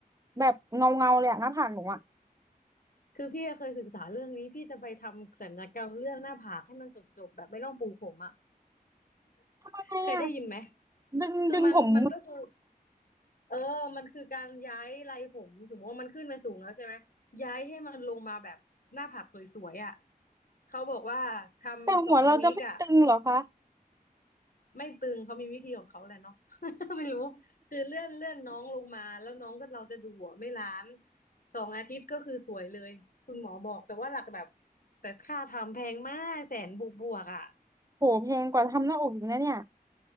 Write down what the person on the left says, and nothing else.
คือพี่อะเคยศึกษาเรื่องนี้พี่จะไปทำศัลยกรรมเรื่องหน้าผากให้มันจบๆแบบไม่ต้องปูผมอะ
เคยได้ยินไหม
คือมันมันก็คือเออมันคือการย้ายไรผมสมมติว่ามันขึ้นไปสูงแล้วใช่ไหมย้ายให้มันลงมาแบบหน้าผากสวยๆอ่ะเขาบอกว่าทำสองวีคอ่ะ
ไม่ตึงเขามีวิธีของเขาแหละเนาะ <laughs> ไม่รู้คือเลื่อนเลื่อนน้องลงมาแล้วน้องก็เราจะดูหัวไม่ล้านสองอาทิตย์ก็คือสวยเลยคุณหมอบอกแต่ว่าหลักแบบแต่ค่าทำแพงมากแสนบวกบวกอ่ะ